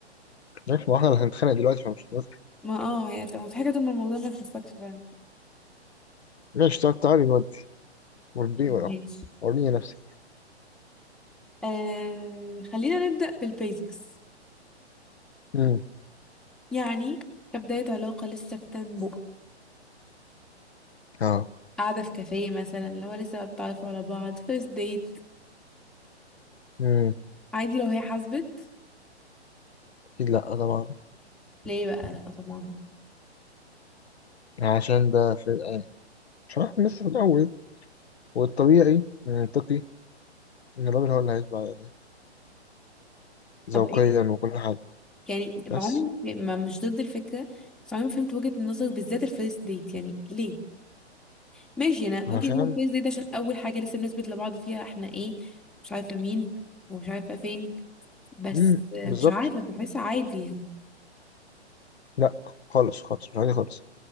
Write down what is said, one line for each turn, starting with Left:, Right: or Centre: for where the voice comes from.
Left: عارف ما احنا اللي هنتخانق دلوقتي فمش هنضحك
Centre: ما اه هي هتبقى مضحكة طول ما الموضوع ما يخصكش فعلا
Left: ماشي طب تعالي نودي وريني
Centre: ماشي
Left: ولا وريني نفسك
Centre: آه خلينا نبدأ بالبيزكس
Left: امم
Centre: يعني كبداية علاقة لسه بتنبؤ
Left: اه
Centre: قاعدة في كافيه مثلا اللي هو لسه بتعرفوا على بعض فيرست ديت
Left: امم
Centre: عادي لو هي حاسبت
Left: اكيد لا طبعا
Centre: ليه بقى لا طبعا
Left: عشان ده في الآن عشان احنا لسه في الاول والطبيعي المنطقي ان الراجل هو اللي هيتبع يعني
Centre: طب
Left: ذوقيا
Centre: ايه
Left: وكل حاجه
Centre: يعني مع
Left: بس
Centre: عمري ما مش ضد الفكرة بس عمري ما فهمت وجهة النظر بالذات الفيرست ديت يعني ليه ماشي انا
Left: علشان
Centre: ممكن يكون كويس ديت عشان اول حاجه لسه بنثبت لبعض فيها احنا ايه مش عارفه مين ومش عارفه فين بس
Left: امم
Centre: آه،
Left: بالظبط
Centre: مش عارفه بحس عادي يعني
Left: لا خالص خالص مش عادي خالص